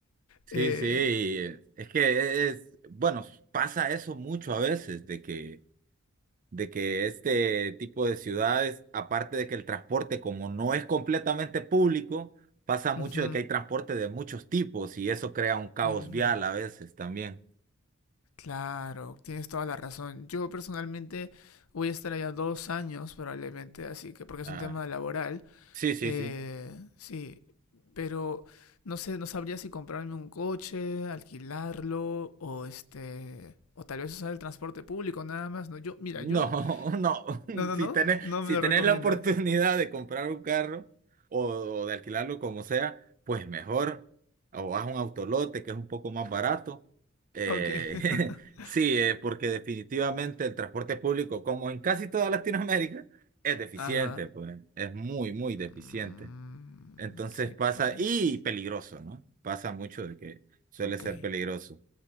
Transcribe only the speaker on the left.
Eh,
ujú,
ujú.
Claro, tienes toda la razón. Yo personalmente voy a estar allá dos años probablemente, así que porque es
un tema laboral.
Eh,
sí, pero no sé, no sabría si comprarme un coche, alquilarlo o este, o tal vez usar el transporte público nada más. No, yo, mira,
yo,
no, no,
no,
no
me lo
recomiendas.
Ok. <laughs>
Ajá.
Mm,
sí,
pues.
Ok,